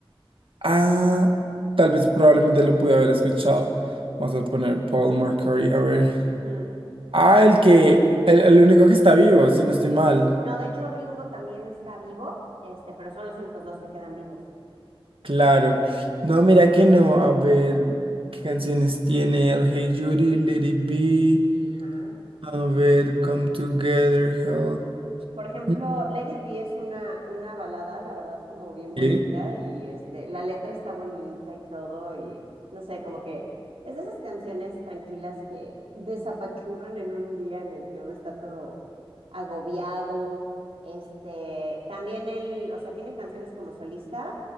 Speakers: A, on the right; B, on the right.
A: Ah, tal vez probablemente lo pude haber escuchado. Vamos a poner Paul McCartney, a ver.
B: Ujú.
A: Ah, el que, el, el único que está vivo, si no estoy mal.
B: No, de hecho Ringo también está vivo, este, pero son los únicos dos que quedan vivos.
A: Claro. No, mira que no. A ver, ¿qué canciones tiene? El Hey Judy, Let It Be.
B: Ajá.
A: A ver, Come Together, Help.
B: Por ejemplo,
A: Mm,
B: Let It Be es una, una balada, la verdad, como bien bonita
A: Sí.
B: y este, la letra está bonita y todo y no sé, como que es de esas canciones tranquilas que desapachurran en un día en el que uno está todo agobiado. Este, también él, o sea, tiene canciones como solista